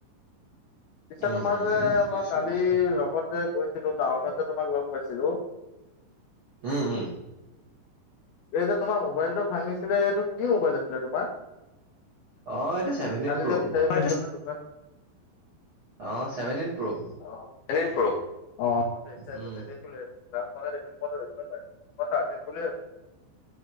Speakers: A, on the left (about 80°); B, on the right (about 50°).
A: পিছে
B: উম
A: তোমাৰ
B: উম
A: যে
B: বুজিছো
A: মই কালি
B: বুজিছো
A: লগত যে গৈছিলোঁ ডাউনত যে তোমাক লগ পাইছিলোঁ
B: উম -উম।
A: এই যে তোমাৰ মোবাইলটো ভাঙিছিলে এইটো কি মোবাইল আছিলে তোমাৰ?
B: অ এইটো ছেভেনটিন
A: কালি
B: প্ৰ'
A: যে বিচাৰি <unintelligible> যে দোকান
B: অ, চেভেণ্টিন প্ৰ'।
A: অ, <unintelligible> প্ৰ <unintelligible>
B: উম
A: <unintelligible> মই চাৰজিং বুলি <unintelligible>